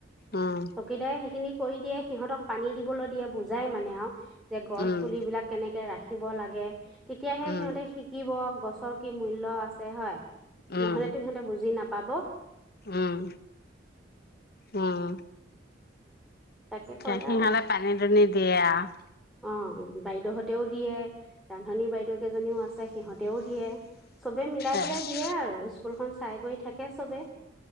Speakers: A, on the left (about 55°); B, in the centre.
A: উম
B: চকীদাৰে সেইখিনি কৰি দিয়ে সিহঁতক পানী দিবলৈ দিয়ে বুজাই মানে আৰু যে গছ
A: উম
B: পুলিবিলাক কেনেকে ৰাখি ৰাখিব লাগে তেতিয়াহে
A: উম
B: সিহঁতে শিকিব গছ চৰ কি মূল্য আছে হয়
A: উম
B: নহলেতো সিহঁতে বুজি নাপায় পাব
A: উম উম
B: তাকে কৰে
A: গ সিহাললে
B: আৰু
A: পানী দুনি দিয়ে আৰু অ
B: অ বাইদেউহঁতেও দিয়ে ৰান্ধনী বাইদেউ কেইজনীও আছে সিহঁতেও দিয়ে চবে মিলাই
A: অ
B: পেলাই দিয়ে আৰু স্কুলখন চাই কৰি থাকে চবে